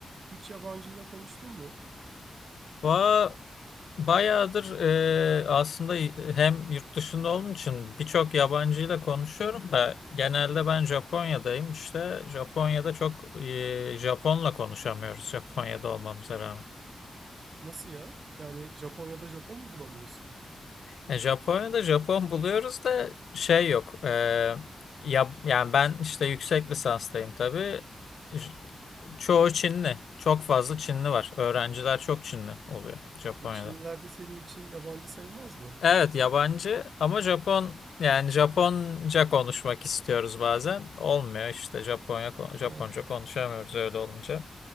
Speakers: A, on the right; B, on the left.
A: Hiç yabancıyla konuştun mu?
B: Va bayağıdır e, aslında hem yurt dışında olduğum için birçok yabancıyla konuşuyorum da genelde ben Japonya'dayım işte Japonya'da çok e, Japon'la konuşamıyoruz Japonya'da olmamıza rağmen.
A: Nasıl ya? Yani Japonya'da Japon mu bulamıyorsun?
B: E, Japonya'da Japon buluyoruz da şey yok. E, ya, yani ben işte yüksek lisanstayım tabii. J- Çoğu Çinli. Çok fazla Çinli var. Öğrenciler çok Çinli oluyor Japonya'da.
A: E Çinliler de senin için yabancı sayılmaz mı?
B: Evet yabancı ama Japon yani Japonca konuşmak istiyoruz bazen. Olmuyor işte Japonya Japonca
A: Ha.
B: konuşamıyoruz öyle olunca.